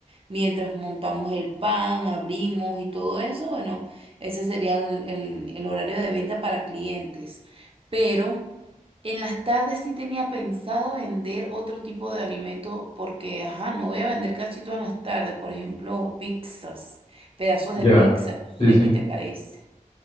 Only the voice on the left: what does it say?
ya,
sí, sí.